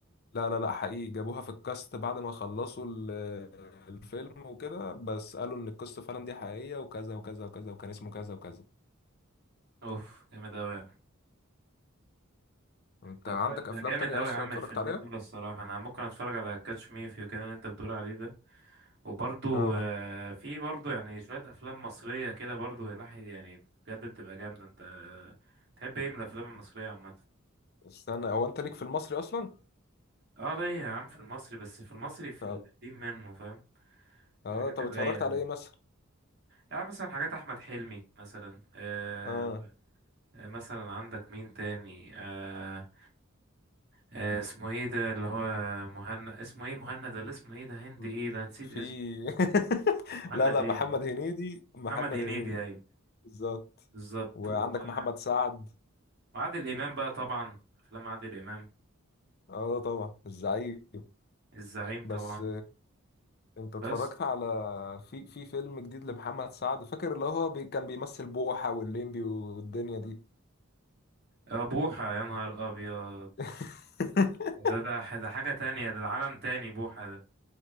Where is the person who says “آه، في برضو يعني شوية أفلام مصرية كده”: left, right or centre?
Right